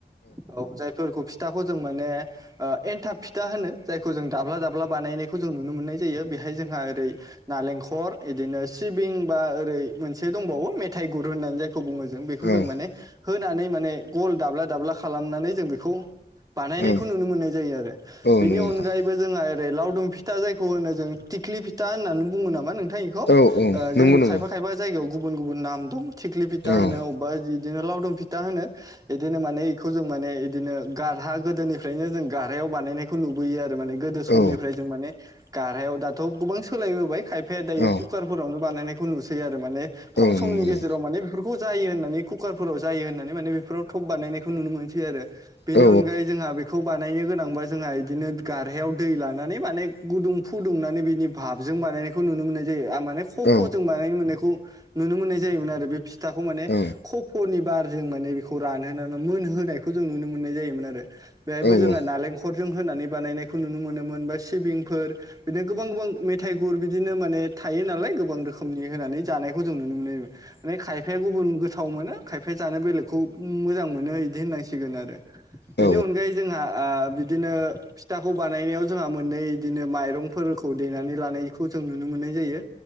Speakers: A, on the right (about 20°); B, on the left (about 80°).
A: औ जायफोरखौ फिथाखौ जों माने ओ एन्थाब फिथा होनो जायखौ जों दाब्ला दाब्ला बानायनायखौ जों नुनो मोननाय जायो बेहाय जोंहा ओरै नालेंखर बिदिनो सिबिं बा ओरै मोनसे दंबावो मेथाइ गुर होननानै जायखौ बुंङो जों
B: औ
A: बेखौ
B: औ
A: जों माने होनानै माने गल दाब्ला दाब्ला खालामनानै जों बेखौ बानायनायखौ
B: औ
A: नुनो मोननाय जायो आरो
B: औ
A: बेनि
B: नंगौ नोंथां
A: अनगायैबो जोंहा ओरै लावदुं फिथा जायखौ होनो थिख्लि फिथा होननानै बुंङो नामा नों <unintelligible> ओ
B: औ औ
A: जों
B: नंगौ नंगौ
A: खायफा खायफा जायगायाव गुबुन गुबुन नाम दं थिख्लि फिथा
B: औ ओं
A: होनो अबेबा इदिनो लावदुम फिथा होनो बिदिनो माने बेखौ जों माने इदिनो गारहा गोदोनिफ्रायनो जों गारहायाव बानायनायखौ नुबोयो आरो माने गोदो समनिफ्राय
B: औ
A: जों माने गारहायाव दाथ' गोबां सोलायबोबाय खायफाया दायो
B: औ
A: कुकारफोरावनो बानायनायखौ नुसै आरो माने खम
B: औ
A: समनि
B: नंगौ
A: गेजेराव
B: नंगौ
A: माने बेफोरखौ खौ जायो होननानै कुकारफोराव जायो होननानै माने बेफोराव थप बानायनायखौ नुनो मोनसै आरो बेनि
B: औ
A: अनगायै जोंहा बे खौ बानायनो गोनांबा जोंहा इदिनो गारहायाव दै लानानै माने गुदुं फुदुंनानै बिनि भाबजों जों बानायनायखौ नुनो मोननाय जायो आरो माने कफ'
B: औ
A: जों बानायनो मोननायखौ नुनो मोननाय जायोमोन आरो बे फिथाखौ माने
B: औ
A: खफनि बार जों माने बेखौ रानहानै मोन होनोनायखौ जों नुनो मोननाय जायोमोन आरो बेहायबो
B: औ
A: जोंहा
B: औ
A: नालेंखर जों होनानै बानायनायखौ नुनो मोनोमोन बा सिबिंफोर बिदिनो गोबां गोबां मेथाइ गुर बिदिनो माने थायो नालाय गोबां रोखोमनि होनानै जानायखौ जों नुनो मोनो ओमफ्राय खायफाया गुबुन गोथाव मोनो खायफाया जानो बेलेगखौ मोजां मोनो इदि होननांसिगोन आरो बेनि
B: औ
A: अनगायै जोंहा ओ बिदिनो फिथाखौ बानायनायाव जोंहा मोननै बिदिनो माइरंफोरखौ दैेनानै लानायखौ जों नुनो मोनो मोननाय जायो